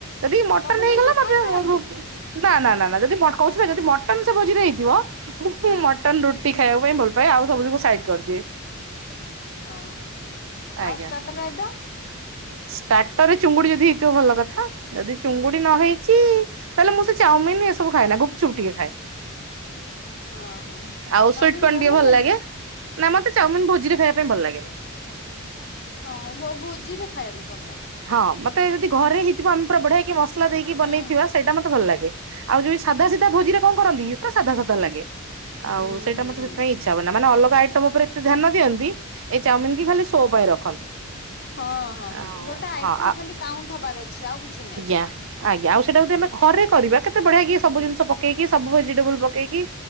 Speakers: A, on the right (about 65°); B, on the left (about 50°).
A: ଯଦି ମଟନ
B: ସବୁ
A: ହେଇଗଲା
B: ଜିନିଷ
A: ମତେ।
B: ଖାଇପାରନ୍ତି
A: ନା ନା ନା ନା ଯଦି କହୁଛି ଯଦି ମଟନ ସେ ଭୋଜିରେ ହେଇଥିବ ମୁଁ
B: ହଁ।
A: ମଟନ ରୁଟ ଟି ଖାଇବା ପାଇଁ ଭଲ ପାଏ ଆଉ ସବୁଁ ସାଇଡ କରିଦିଏ।
B: ଓହୋ
A: ଆଜ୍ଞା।
B: ଆଉ ସ୍ଟାଟର ଆଇଟମ?
A: ଷ୍ଟାର୍ଟରରେ ଚୁଙ୍ଗୁଡି ଯଦି ହେଇଥିବ ଭଲ କଥା ଯଦି ଚୁଙ୍ଗୁଡି ନ ହେଇଛି ତାହେଲେ ମୁଁ ସେ ଚାଉମିନ ଏସବୁ ଖାଏ ନା ଗୁପଚୁପ ଟିକେ ଖାଏ।
B: ହଁ ହଁ।
A: ଆଉ
B: ଚାଉମିିନ
A: ସୁଇଟ୍ କନ ଟିକେ
B: ଲାଗେନି
A: ଭଲ ଲାଗେ। ନା ମତେ ଚାଉମିନ ଭୋଜିରେ ଖାଇବା ପାଇଁ ଭଲ ଲାଗେନି।
B: ହଁ ହଁ ବୋ ଭୋଜିଟା ଖାଇବାକୁ ଭଲ ଲାଗେ।
A: ହଁ ମତେ ଯଦି ଘରେ ହେଇଥିବ ଆମେ ପୁରା ବଢିଆ କିି ମସଲା ଦେଇକି
B: ହୁଁ।
A: ବନେଇଥିବା ସେଇଟା ମତେ ଭଲ ଲାଗେ। ଆଉ ଯଉ ସାଧା ସିଧା ଭୋଜିରେ କଣ କରନ୍ତି ପୁରା ସାଧା ସାଧା ଲାଗେ। ଆଉ
B: ହୁଁ
A: ସେଇଟା
B: ହୁଁ
A: ମତେ
B: ହୁଁ
A: ସେଥିପାଇ ଇଛା ହୁଏନା ମାନେ ଅଲଗ ଆଇଟମ ଉପରେ ଏତେ ଧ୍ୟାନ ଦିଅନ୍ତି ଏଇ ଚାଉମିିନ କି ଖାଲି ସୋ ପାଇଁ ରଖନ୍ତି।
B: ହଁ ହଁ
A: ଆଉ
B: ଗୋଟେ ଆଇଟମ
A: ହଁ
B: ଖାଲି କାଉଣ୍ଟ ହବାର ଅଛି ଆଉ କିଛି ନହିଁ।
A: ଆଜ୍ଞ ଆଉ ସେଇଟା ଯଦି ଘରେ କରିବା କେତେ ବଢିଆକି ସବୁ
B: ହୁଁ।
A: ଜିନିଷ ପକେଇକି ସବୁ ଭେଜିଟେବଲ ପକେଇକି